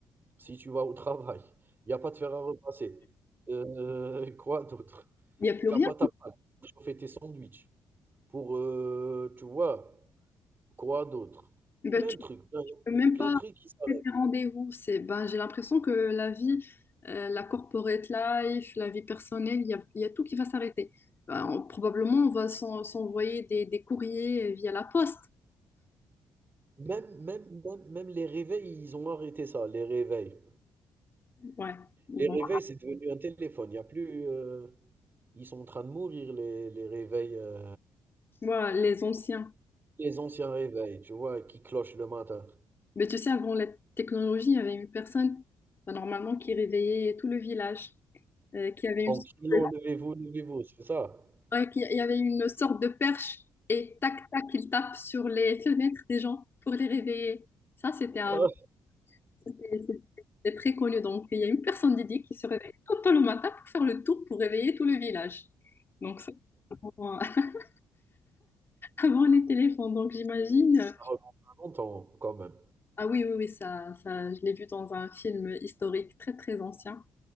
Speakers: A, on the right (about 30°); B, on the left (about 30°).
A: Si tu vas au travail, il y a pas de fer à repasser. Heu, <laughs> quoi d'autre?
B: Il n'y a plus
A: Tu
B: rien.
A: as pas ta panne pour chauffer tes sandwichs, pour, heu, tu vois? Quoi d'autre?
B: Ben,
A: Plein
B: tu
A: de trucs, plein
B: Même
A: plein
B: pas
A: de trucs qui s'arrêtent.
B: c'est un rendez-vous. C'est, ben, j'ai l'impression que la vie, euh, la corporate life, la vie personnelle, il y a, il y a tout qui va s'arrêter. Ben, on- probablement, on va s'en- s'envoyer des, des courriers via la poste.
A: Même même même même les réveils, ils ont arrêté ça, les réveils.
B: Ouais, bon,
A: Les réveils, c'est devenu un téléphone. Il y a plus, heu, ils sont en train de mourir les les réveils, heu,
B: Moi, les anciens.
A: les anciens réveils, tu vois? Qui clochent le matin
B: Mais tu sais, avant la technologie, il y avait une personne, ben, normalement, qui réveillait tout le village, euh, qui avait une
A: en
B: sorte
A: criant:
B: de,
A: «Levez-vous, levez-vous», c'est ça.
B: ouais, qui- il y avait une sorte de perche et tac, tac, il tape sur les <laughs> fenêtres des gens pour les réveiller. Ça, c'était un
A: Ah.
B: C'est c'est- c'est très connu. Donc, il y a une personne dédiée qui se réveille trop tôt le matin pour faire le tour, pour réveiller tout le village. Donc, ça, avant, <laughs> avant les téléphones. Donc, j'imagine. euh,
A: Ça remonte à longtemps quand même.
B: Ah oui, oui, oui, ça, ça, je l'ai vu dans un film historique très, très ancien.